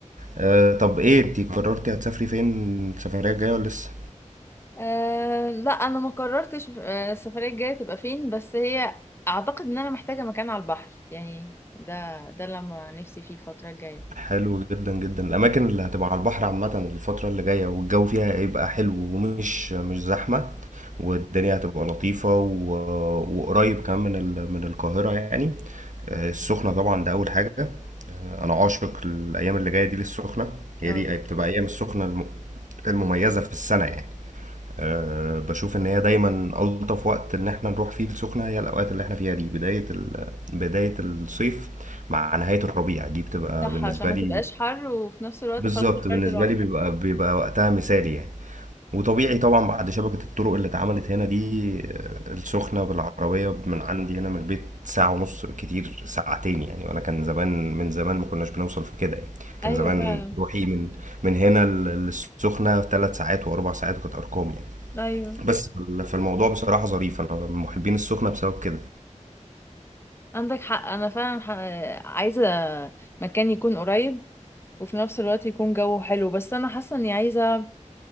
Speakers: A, on the right; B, on the left.
A: آه،
B: صح.
A: طب ايه انت قررتي هتسافري فين السفريه الجايه ولا لسه
B: آه، لا انا ما قررتش آه، السفريه الجايه تبقى فين بس هي اعتقد ان انا محتاجه مكان على البحر يعني ده ده لما نفسي فيه الفتره الجايه
A: حلو جدا جدا الاماكن اللي هتبقى على البحر عامه الفتره اللي جايه والجو فيها هيبقى حلو ومش مش زحمه والدنيا هتبقى لطيفه و... وقريب كمان من ال... من القاهره يعني آه، السخنه طبعا ده اول حاجه آه، انا عاشق الايام اللي جايه دي للسخنه هي
B: اه
A: دي بتبقى ايام السخنه الم... المميزه في السنه يعني أه بشوف ان هي دايما الطف وقت ان احنا نروح فيه السخنه هي الاوقات اللي احنا فيها دي بدايه ال... بدايه الصيف مع نهايه الربيع دي بتبقى
B: صح
A: بالنسبه
B: عشان ما
A: لي
B: تبقاش حر وفي نفس الوقت
A: بالظبط
B: خلاص البرد
A: بالنسبه
B: راح
A: لي بيبقى بيبقى وقتها مثالي يعني وطبيعي طبعا بعد شبكه الطرق اللي اتعملت هنا دي آه، السخنه بالعربيه من عندي هنا من البيت ساعه ونص بالكتير ساعتين يعني وانا كان زمان من زمان ما كناش بنوصل في كده يعني كان
B: ايوه
A: زمان
B: فعلا
A: روحي من من هنا لل- للسخنه ثلاث ساعات واربع ساعات وكانت ارقام يعني
B: ايوه
A: بس فال- فالموضوع بصراحة ظريف أنا من محبين السخنة بسبب كده
B: عندك حق انا فعلا ح... عايزه مكان يكون قريب وفي نفس الوقت يكون جو حلو بس انا حاسه اني عايزه